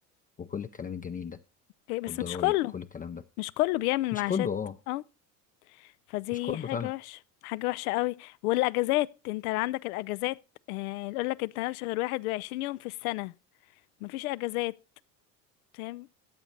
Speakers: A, on the left; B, on the left.
A: وكل الكلام الجميل ده
B: إيه، بس
A: والضرايب
B: مش كله
A: وكل الكلام ده
B: مش كله بيعمل
A: مش
B: معاشات
A: كله اه
B: اه فدي
A: مش كله
B: حاجة
A: فعلا
B: وحشة حاجة وحشة قوي والاجازات انت اللي عندك الاجازات آه يقولك انت مالكش غير واحد وعشرين يوم في السنة مفيش اجازات فاهم